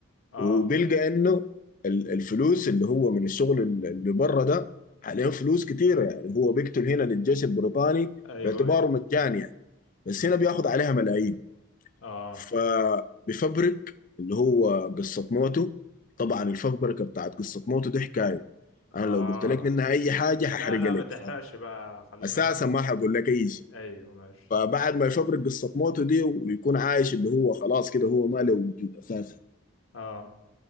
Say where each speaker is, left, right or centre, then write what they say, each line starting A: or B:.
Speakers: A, on the left; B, on the left.
A: اه
B: وبيلقى انه ال- الفلوس اللي هو من الشغل ال- اللي بره ده عليه فلوس كتيره يعني هو بيقتل هنا للجيش البريطاني
A: ايوه
B: باعتباره
A: ايوه
B: مجاني يعني بس
A: امم
B: هنا بياخد عليها ملايين
A: اه
B: فبيفبرك اللي هو قصة موته طبعا الفبركة بتاعت قصة موته دي حكاية
A: اه
B: أنا لو قلت لك منها أي حاجة هحرقها
A: لا لا
B: لك
A: ما تحرقش بقى خلينا
B: فأساسا ما هقول لك أي شيء
A: ايوه ماشي
B: فبعد ما يفبرك قصة موته دي ويكون عايش اللي هو خلاص كده هو ما له وجود أساسا
A: اه